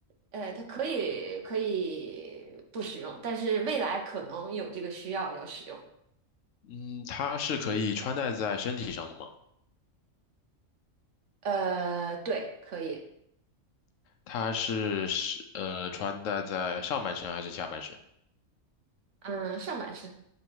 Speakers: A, on the right (about 70°); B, on the left (about 75°).
A: 呃，它可以可以不使用，但是未来可能有这个需要要使用。
B: 嗯，它是可以穿戴在身体上的吗？
A: 呃，对，可以，
B: 它是是呃穿戴在上半身还是下半身？
A: 嗯，上半身